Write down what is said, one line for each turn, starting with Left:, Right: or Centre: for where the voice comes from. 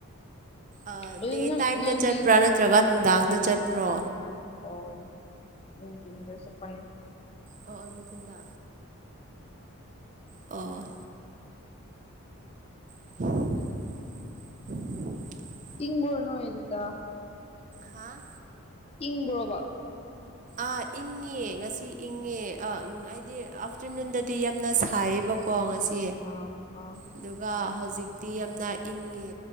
Right: ꯑꯥ
Left: ꯑꯗꯨ
Right: ꯗꯦ
Left: ꯅꯪ
Right: ꯇꯥꯏꯝꯗ
Left: ꯅꯪꯗꯤ
Right: ꯆꯠꯄ꯭ꯔꯥ ꯅꯠꯇ꯭ꯔꯒ ꯅꯨꯡꯗꯥꯡꯗ ꯆꯠꯄ꯭ꯔꯣ
Left: ꯑꯣ ꯅꯨꯡꯗꯤꯟꯗ ꯆꯠꯄꯅꯤ
Right: ꯑꯣ ꯑꯣ ꯅꯨꯡꯗꯤꯟꯗ ꯑꯣ <inaudible>
Left: ꯢꯪꯕ꯭ꯔꯣ ꯅꯣꯏ ꯑꯗꯨꯗ
Right: ꯍꯥ
Left: ꯏꯪꯕ꯭ꯔꯣꯕ
Right: ꯑ ꯏꯪꯉꯤꯌꯦ ꯉꯁꯤ ꯏꯪꯉꯦ ꯑ ꯍꯥꯏꯗꯤ ꯑꯥꯐꯇꯔꯅꯨꯟꯗ ꯇꯤ ꯌꯥꯝꯅ ꯁꯥꯏꯌꯦꯕꯀꯣ ꯉꯁꯤ
Left: ꯑꯥ ꯑꯥ
Right: ꯑꯗꯨꯒ ꯍꯧꯖꯤꯛꯇꯤ ꯌꯥꯝꯅ ꯏꯪꯉꯦ